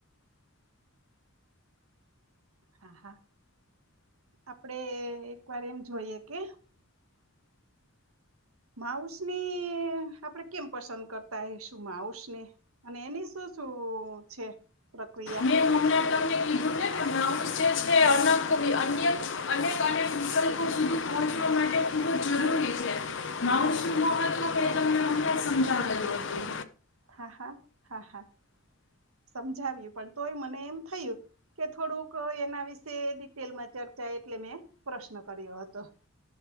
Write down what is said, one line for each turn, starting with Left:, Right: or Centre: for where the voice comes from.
Right: હા હા આપડે એક વાર એમ જોઈએ કે માઉસનની આપડે કેમ પસંદ કરતા હશું માઉસને અને એની શું શું છે પ્રક્રિયા
Left: મેં હમણા તમને કીધું ને માઉસ જે છે અનાવિ અન્ય અનેક અનેક વિકલ્પો સુધી પહોંચવા માટે ખુબ જ જરૂરી છે માવુશ શું ન હતું કે ત ક સમજાવેલું હતું
Right: હા હા હા હા સમજાવ્યું પણ તોય મને એમ થયું કે થોડુંક એના વિશે ડિટેલમાં ચર્ચા એટલે મેં પ્રશ્ન કર્યો હતો